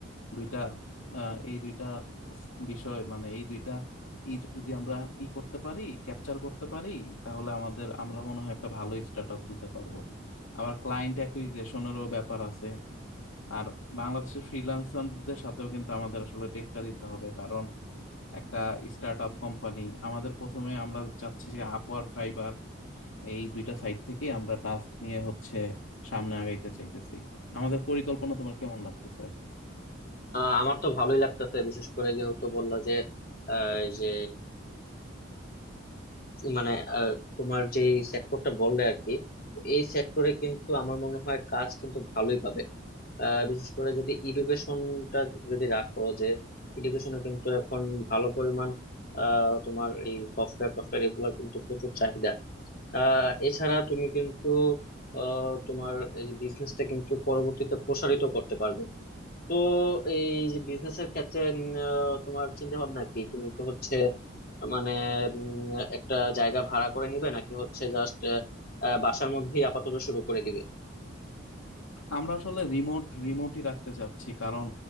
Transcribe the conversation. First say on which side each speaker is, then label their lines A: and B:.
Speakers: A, on the left; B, on the left.
A: দুইটা আহ, এই দুইটা স- বিষয় মানে এই দুইটা ই যদি আমরা ই করতে পারি ক্যাপচার করতে পারি তাহলে আমাদের আমরা মনে হয় একটা ভালো স্টার্ট আপ দিতে পারবো আবার ক্লায়েন্ট অ্যাকুইজিশনেরও ব্যাপার আছে আর বাংলাদেশের ফ্রিল্যান্সারদের সাথেও কিন্তু আমাদের আসলে টেক্কা দিতে হবে কারণ একটা স্টার্ট আপ কোম্পানি আমাদের প্রথমে আমরা চাচ্ছি যে আপওয়ার্ক ফাইবার এই দুইটা সাইট থেকে আমরা টাস্ক নিয়ে হচ্ছে সামনে আগাইতে চাইতেছি আমাদের পরিকল্পনা তোমার কেমন লাগতেছে
B: আহ, আমার তো ভালোই লাগতেছে বিশেষ করে যেহেতু বললা যে আহ, এই যে মানে আহ, তোমার যে সেক্টরটা বললে আর কি তো এই সেক্টরে কিন্তু আমার মনে হয় কাজ কিন্তু ভালোই পাবে আহ, বিশেষ করে যদি এডুকেশনটা যদি রাখো যে এডুকেশনে কিন্তু এখন ভালো পরিমাণ আহ, তোমার এই সফটওয়্যার টফটওয়্যার এগুলো কিন্তু প্রচুর চাহিদা আহ, এছাড়া তুমি কিন্তু আহ, তোমার এই বিজনেসটা কিন্তু পরবর্তীতে প্রসারিত করতে পারবে তো এই যে বিজনেসের ক্ষেত্রে উম, আহ, তোমার চিন্তা ভাবনা কি তুমি তো হচ্ছে মানে উম, একটা জায়গা ভাড়া করে নিবে নাকি হচ্ছে জাস্ট বাসার মধ্যেই আপাতত শুরু করে দিবে
A: আমরা আসলে রিমোট রিমোটই রাখতে চাচ্ছি কারণ